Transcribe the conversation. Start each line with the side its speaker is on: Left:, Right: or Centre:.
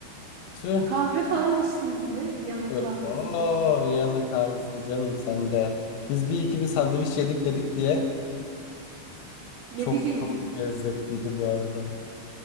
Left: Tüh.
Right: Kahve falan içtiniz mi? Viyana
Left: Ö-
Right: kahvesi.
Left: Oo, Viyana kahvesi canım sende. Biz bir iki bir sandviç yedik dedik diye
Right: Ne
Left: çok
Right: bileyim.
Left: çok lezzetliydi bu arada.